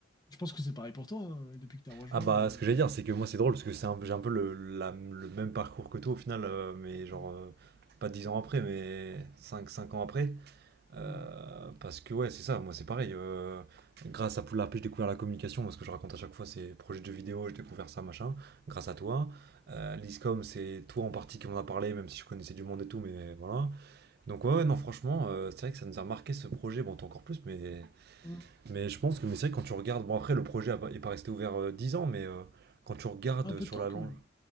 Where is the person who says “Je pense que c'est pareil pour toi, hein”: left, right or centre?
Left